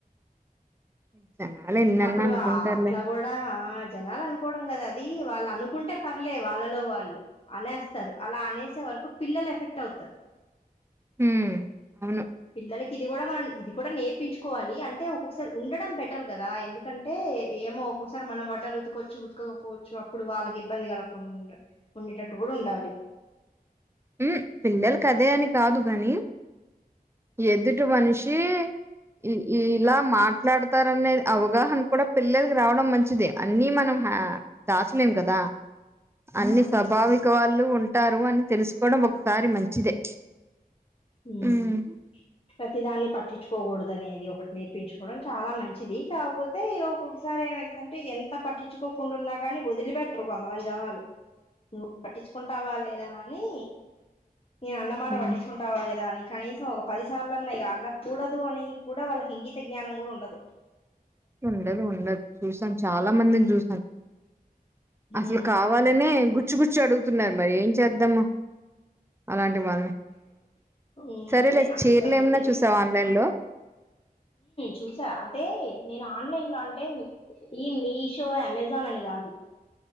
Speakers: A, on the right (about 15°); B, on the left (about 35°).
A: <inaudible>
B: అప్పుడు
A: అనుకుంటారులే
B: అట్లా కూడా జనాల అనుకో అకోడం కదా అది వాళ్ళు అనుకుంటే పర్లే వాళ్ళలో వాళ్ళు అనేస్తారు అలా అనేసే వరకు పిల్ల ఎఫెక్ట్ అవుతర్
A: హ అవును
B: పిల్లలకి ఇది కూడా మనం ఇది కూడా నేర్పించుకోవాలి అంటే ఒక్కొక్కసారి ఉండడం బెటర్ కదా ఎందుకంటే ఏమో ఒక్కోసారి మనం వాటర్ ఉతుకొచ్చు గుతుకపోవచ్చు అప్పుడు వాళ్ళకి ఇబ్బంది కలగకుండా ఉండ ఉండేటట్టు కూడా ఉండ ాలి
A: ఉమ్ పిల్లలకి అదే అని కాదు గాని ఎదుటి మనిషి ఇ ఇలా మాట మాట్లాడతారునే అవగాహన కూడ పిల్లలకి రావడం మంచిదే అన్ని మనం దాచలేం కదా అన్ని
B: అవును
A: స్వాభావిక వాళ్ళు ఉంటారు అని తెలుసుకోవడం ఒకసారి మంచిదే
B: ఉమ్
A: హ్మ్
B: ప్రతి దాన్ని పట్టిచ్చుకోకూడదు అనేది ఒకటి నేర్పించుకోవడం చాలా మంచిది కాకపోతే ఒొక్కసారి ఏమవుతుందంటే ఎంత పట్టించుకో కుంన్నా కాగాని వదిలి పెెట్టరు కొంతమంది జనాలు నువ్వు పట్టించుకుంటావా లేదా అని నీ అన్న మాట
A: హ్మ్.
B: పట్టించుకుంటా దాని కనీసం ఒక పదిసార్లు అన్నా ఇ అనకూడదు అని కూడా వాళ్ళకి ఇంగిత జ్ఞానం కూడా ఉండదు
A: ఉండదు ఉండదు చూసాను చాలా మందిని చూసాను
B: హ్మ్.
A: అసలు కావాలనే గుచ్చుగుచ్చు అడుగుతున్నారు మరి ఏం చేద్దాము అలాంటి అంటే వాల్ని
B: హ్మ్.
A: సరేలె
B: అదే అందుకని
A: చీరలు
B: జెప్పేసి
A: ఏమన్నా చూసావా ఆన్లైన్ లో
B: చూసా అంటే నేను ఆన్లైన్ లో అంటే ఈ మీషో యమెజాన్ అని కాదు